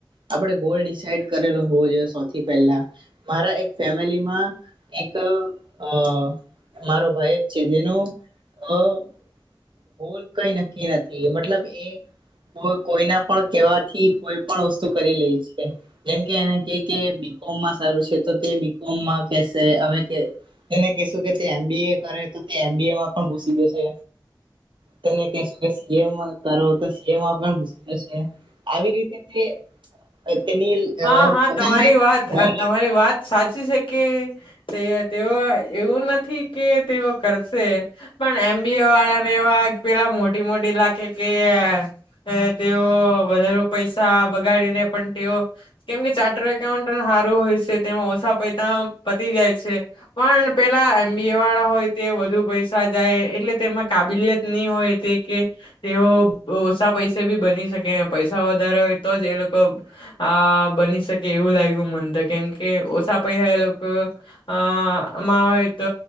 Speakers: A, on the right; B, on the left.
A: આપણે ગોલ ડિસાઈડ કરેલો હોવો જોઈએ, સૌથી પહેલા મારા એક ફેમિલીમાં એક આ મારો ભાઈ જ છે, જેનો આ ગોલ કઈ નક્કી નથી, મતલબ એ કોઈ કોઈના પણ કેવાથી કોઈ પણ વસ્તુ કરી લે છે, જેમકે એને કંઇ કે બી. કોમ માં સારું છે, તો તે બી. કોમ માં કેશે હવે, તે તેને કેશુ કે તે એમબીએ એ કરે તો તે એમબીએ માં પણ ઘુસી જશે. તેને કેશું કે સીએમાં કરો, તો સીએમાં પણ ઘુસી જશે આવી રીત તમે એ. <unintelligible> તેની
B: હા
A: અ
B: હા
A: પોતાનો
B: તમારી
A: એક
B: વાત
A: ગોલજ
B: અ, તમારી વાત સાચી છે, કે તે તેઓ એવું નથી કે તેઓ કરશે પણ એમબી એ વાળાને એવા પેલા મોટી મોટી લાગે કે તે તેઓ વધારે પૈસા બગાડીને પણ તેઓ કેમકે ચાર્ટર એકાઉન્ટ હારુ હોય છે, તેમાં ઓછા પૈસા પતી જાય છે, પણ પેલા એમબી એ વાળા હોય તે વધુ પૈસા જાય એટલે તેમાં કાબિલિયત ની હોય, તે કે તેઓ ઓછા પૈસે બી બની શકે પૈસા વધારે હોય, તો જ એ લોકો આ બની શકે એવું લાગ્યું મને તો, કેમકે ઓછા પૈસા એ લોકો આ આમાં હોય, તો